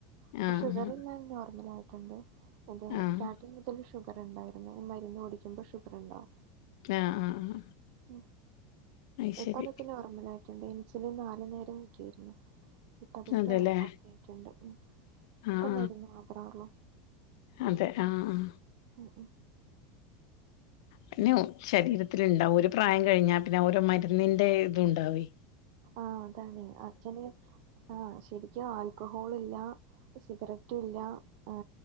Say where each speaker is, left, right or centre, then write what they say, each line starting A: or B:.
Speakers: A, on the right; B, on the left.
A: ഇപ്പൊ
B: ആഹ്
A: ഷുഗറെല്ലാം നോർമൽ ആയിട്ടുണ്ട് അതെ
B: ആഹ്
A: സ്റ്റാർട്ടിങ്ങിൽ തന്നെ ഷുഗർ ഇണ്ടായിരുന്നു മരുന്ന് കുടിക്കുമ്പോൾ ഷുഗറ്ണ്ടാവും
B: ആഹ് ആഹ് ആഹ്
A: ഉം
B: അത്
A: ഇപ്പ
B: ശരി
A: അതൊക്കെ നോർമൽ ആയിട്ടുണ്ട് ഇൻസുലിൻ നാല്നേരം വെക്കുവായിരുന്നു ഇപ്പം അതൊക്കെ
B: അതെല്ലേ
A: ഓക്കെ ആയിട്ടുണ്ട് ഇപ്പൊ
B: ആഹ്
A: മരുന്ന് മാത്രെ ഒള്ളു
B: അതെ ആഹ് ആഹ്
A: ഉം ഉം
B: പിന്നെ ശരീരത്തില്ണ്ടാവു ഒരു പ്രായം കഴിഞ്ഞാ പിന്നെ ഓരോ മരുന്നിന്റെ ഇതുണ്ടാവേ
A: ആഹ് അതാണ് അഛന് ആഹ് ശരിക്കും ആൽക്കഹോളില്ല സിഗരറ്റുല്ലഏഹ്